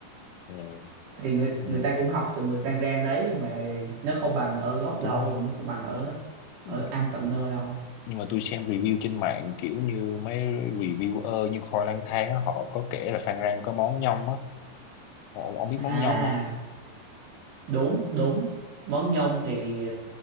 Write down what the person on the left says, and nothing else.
ừ,
ừ,
đúng hay
Ừ,
nhưng mà tôi xem review trên mạng kiểu như mấy reviewer như Khoi Lang Thang á, họ có kể là Phan Rang có món nhông á ông, ông biết
món nhông không